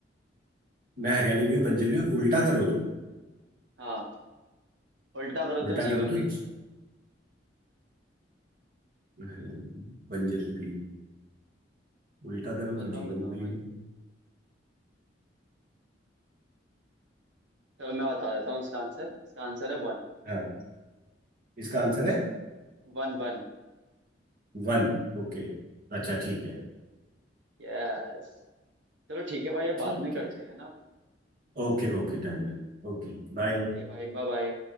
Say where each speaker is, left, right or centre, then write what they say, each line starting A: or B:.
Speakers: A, on the right; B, on the right.
A: मैं हरियाणवी भी हूँ बंजर भी हूँ उल्टा करो तो
B: हाँ उल्टा करो
A: उल्टा
B: तो जीवन
A: करो तो
B: भी
A: जी-
B: हूँ
A: मैं हरियाणवी भी हूँ, बंजर भी हूँ उल्टा करो
B: बताओ
A: तो जीवन
B: बताओ
A: भी
B: भाई
A: हूँ
B: चलो मैं बता देता हूँ इसका आंसर इसका आंसर है वन
A: हाँ इसका आंसर है
B: One one
A: वन ओके अच्छा ठीक है
B: यस चलो ठीक है भाई ये
A: ठीक
B: बाद में करते
A: है
B: हैं ना
A: Okay okay done Okay bye
B: ओके भाई बाय बाय